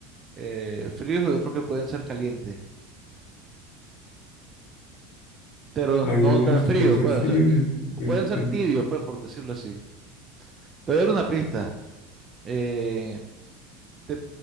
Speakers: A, on the right; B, on the left.
A: eh, fríos y otros que pueden ser calientes. pero
B: Hay
A: no
B: algunos
A: tan
B: que
A: frío,
B: pueden ser
A: pues,
B: fríos
A: o sea,
B: y otros que pueden
A: pueden
B: ser
A: ser
B: cálidos.
A: tibios, pues, por decirlo así. Te voy a dar una pista. Eh, te-